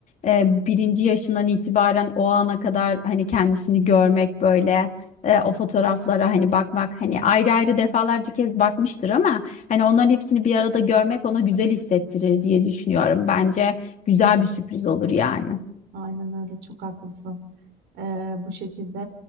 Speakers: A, on the left; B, on the right.
A: e, birinci yaşından itibaren o ana kadar hani kendisini görmek böyle e, o fotoğraflara hani bakmak hani ayrı ayrı defalarca kez bakmıştır ama hani onların hepsini bir arada görmek ona güzel hissettirir diye düşünüyorum. Bence güzel bir sürpriz olur yani.
B: Aynen öyle çok haklısın. Ee, bu şekilde